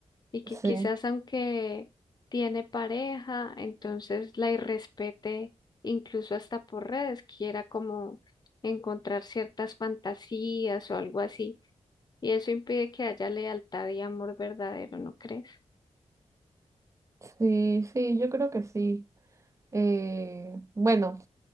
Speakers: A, on the left (about 35°); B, on the right (about 25°).
A: y que quizás
B: Sí,
A: aunque tiene pareja, entonces la irrespete incluso hasta por redes, quiera como encontrar ciertas fantasías o algo así. Y eso impide que haya lealtad y amor verdadero, ¿no crees?
B: sí, sí, yo creo que sí. Eh, bueno,